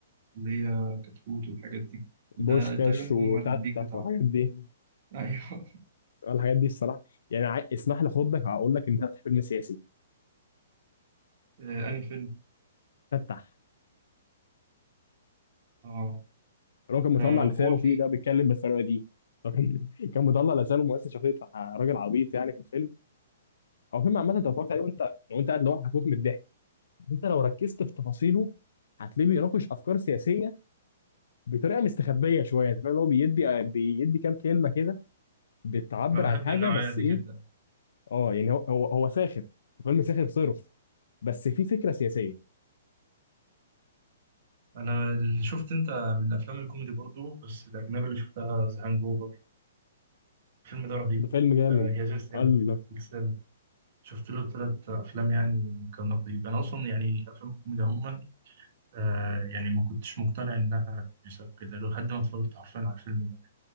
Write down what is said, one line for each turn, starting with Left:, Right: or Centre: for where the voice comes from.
Right: اللي هي كتكوت والحاجات دي ده
Left: بوشكاش
Right: تقريبا
Left: وتتح
Right: هم البيك بتاعه
Left: والحاجات دي
Right: <laughs> ايوه
Left: الحاجات دي الصراحه يعني عا- اسمح لي اخدك هقول لك انت بتاع فيلم سياسي
Right: آه، انهي فيلم
Left: فتح
Right: اه
Left: الراجل كان مطلع
Right: ده هو
Left: لسانه
Right: في
Left: فيه ده بيتكلم بالطريقه دي لكن <laughs> كان مطلع لسانه مؤسس شخصيه راجل عبيط يعني في الفيلم هو فيلم عامه انت اتفرجت عليه وانت وانت قاعد لوحدك هتموت من الضحك انت لو ركزت في تفاصيله هتلاقيه بيناقش افكار سياسيه بطريقه مستخبيه شويه انت فاهم اللي هو بيدي بيدي كام كلمه كده بتعبر
Right: انا بحب
Left: عن حاجه
Right: النوعيه
Left: بس
Right: دي
Left: ايه
Right: جدا
Left: اه يعني هو هو, هو ساخر فيلم ساخر صرف بس في فكره سياسيه
Right: انا اللي شفت انت من الافلام الكوميدي برضو بس الاجنبي اللي شفتها ذا هانج اوفر الفيلم ده رهيب
Left: ده فيلم جامد
Right: آه هي سلسله
Left: الله
Right: سلسله شفت له ثلاث افلام يعني كان رهيب انا اصلا يعني افلام الكوميدي عموما آه يعني ما كنتش مقتنع انها كويسه وكده لحد ما اتفرجت حرفيا على الفيلم ده